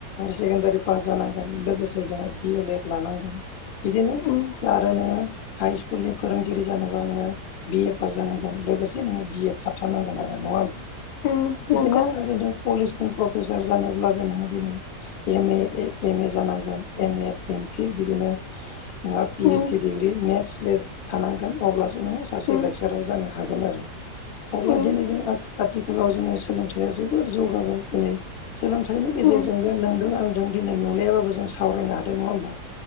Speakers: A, on the left; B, on the left.
A: सेकेण्डारि पास जानांगोन लोगोसे जोङो डि एल एड लानांगोन। बिदिनो
B: उम
A: आरो नोङो हाइ सक स्कुलनि फोरोंगिरि जानोबा नोङो बिए पास जानांगोन लोगोसे नोङो बि एड थाथारनांगोन आरो नङा होमबा।
B: उम
A: बिदिनो
B: नंगौ
A: ओरै कलेजनि प्रफेसार जानोब्लाबो नोङो दिनै। एम ए एम ए जानांगोन एम ए एम फिल बिदिनो। नोंहा पि
B: उम
A: ओस डि डिग्रि नेट स्लेट। थानांगोन अब्लासो नोङो सासे
B: उम
A: लेक्सारार जानो हागोन आरो। अब्ला
B: उम
A: दिनै जों आथिखालाव जोङो सोलोंथाइया जोबोर जौगाबाय दिनै सोलोंथाइनि गेजेराव।
B: उम
A: गेजेरजोंनो नोंदों आंजों दिनै नुलायाबाबो जों सावरायनो हादों नङा होमबा।